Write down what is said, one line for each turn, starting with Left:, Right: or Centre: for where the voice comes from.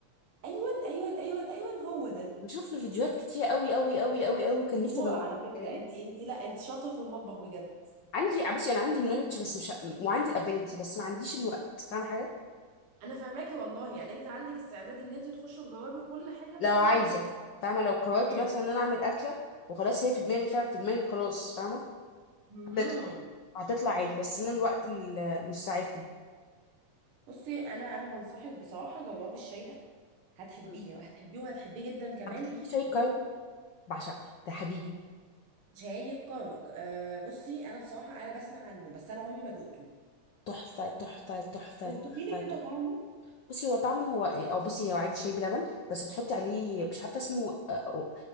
Right: ايوه ايوه ايوه ايوه هو ده
Left: بشوف له فيديوهات كتير قوي قوي قوي قوي قوي كان
Right: شطورة
Left: نفسي اجاوب
Right: على فكرة
Left: تاني
Right: انت انت لا انت شاطرة في المطبخ بجد
Left: عندي بصي انا عندي النولج بس مش وعندي الابيليتي بس ما عنديش الوقت فاهمه حاجه
Right: انا فاهماكي والله يعني انت عندك استعداد ان انت تخشي تجاوبي وكل حاجه
Left: لو
Right: بس
Left: عايزه
Right: ما عندك
Left: فاهمه لو قررت
Right: كلام.
Left: مثلا ان انا اعمل اكله وخلاص هي في دماغي فعلا في دماغي خلاص فاهمه
Right: مهم.
Left: تطلع هتطلع عادي بس انا الوقت اللي مش ساعفني
Right: بصي انا انا بنصحك بصراحة جربي الشاي ده هتحبيه
Left: مم.
Right: وهتحبيه وهتحبيه جدا كمان
Left: طب بتحبي شاي الكرك
Right: بصي
Left: بعشقه ده حبيبي
Right: شاي الكرك آه بصي انا بصراحة انا بسمع عنه بس انا عمري ما دقته
Left: تحفه تحفه تحفه
Right: وصفي
Left: تحفه
Right: لي كده
Left: تحفه
Right: طعمه
Left: بصي هو طعمه هو او بصي هو عادي شاي بلبن بس بتحطي عليه مش عارفه اسمه آه،